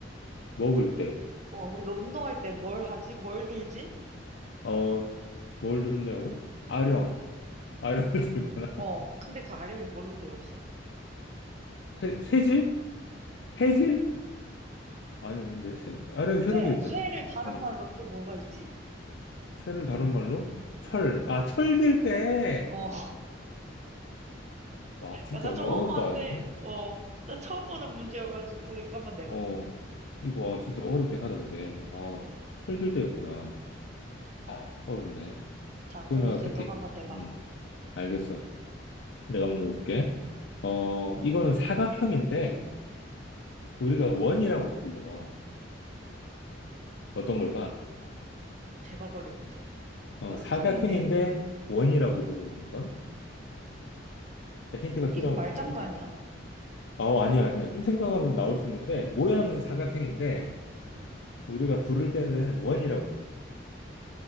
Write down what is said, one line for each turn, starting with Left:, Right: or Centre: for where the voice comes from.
Left: 먹을 때,
Right: 어, 우리가 운동할 때 뭘 하지? 뭘 들지?
Left: 어, 뭘 들냐고? 아령,
Right: 응.
Left: 아령을 <laughs> 들거나.
Right: 어, 근데 그 아령이 뭘로 되어 있어?
Left: 새, 새질? 해질? 아니, 아닌데, 새, 아령이 새로
Right: 쇠,
Left: 돼 있잖아.
Right: 쇠를 다른
Left: 어,
Right: 말로 또 뭐가 있지?
Left: 새를 다른 말로? 철,
Right: 어,
Left: 아, 철들
Right: 어,
Left: 때!
Right: 어.
Left: 와, 진짜
Right: 약간
Left: 이거
Right: 좀 허무한데,
Left: 어렵다, 이거.
Right: 어, 나 처음 보는 문제여가지고 이거 한번 내봤어.
Left: 어, 이거, 와, 진짜 어렵긴 하다, 근데. 어,
Right: 응.
Left: 철들 때였구나. 아, 어렵네.
Right: 자, 그럼
Left: 그러면
Right: 이제
Left: 어떻게,
Right: 너가 한번 내봐.
Left: 음, 알겠어. 내가 한번 먹어볼게.
Right: 응.
Left: 어, 이거는 사각형인데, 우리가 원이라고 불러. 어떤 걸까?
Right: 대박 어려운데. 사각형인데,
Left: 어, 사각형인데, 원이라고 부르는 건? 나 힌트가
Right: 이거
Left: 필요하면
Right: 말장난
Left: 말해.
Right: 아니야?
Left: 어, 아니야, 아니야. 좀 생각하면 나올 수 있는데, 모양은 사각형인데,
Right: 응.
Left: 우리가 부를 때는 원이라고 불러.